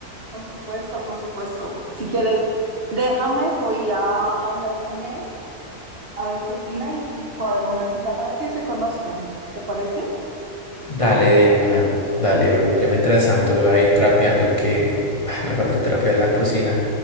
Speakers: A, on the right; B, on the left.
A: Por supuesto, por supuesto. Si quieres, déjame, voy a hablar con él A ver qué opina y, y cuadro una cita para que se conozcan. ¿Te parece?
B: Dale de una, dale. we- Yo mientras tanto voy a ir trapeando que ay, me faltó trapear la cocina,